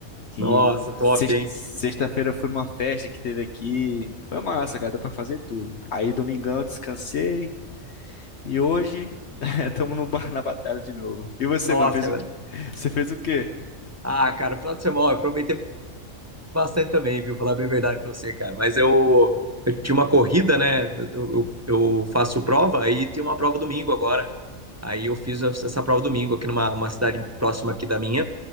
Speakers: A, on the left (about 60°); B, on the right (about 20°).
A: E
B: Nossa, top,
A: sex-
B: hein?
A: sexta-feira foi numa festa que teve aqui. Foi massa, cara, deu pra fazer tudo. Aí domingão eu descansei e hoje <laughs> estamos no bar na batalha de novo. E você,
B: Nossa,
A: mano, fez
B: cara.
A: o... <laughs> você fez o quê?
B: Ah, cara, final de semana, ó, eu aproveitei bastante também, viu? Falar bem a verdade pra você, cara. Mas eu, eu tinha uma corrida, né? Eu, eu- faço prova, aí tem uma prova domingo agora. Aí eu fiz essa prova domingo aqui numa uma cidade próxima aqui da minha.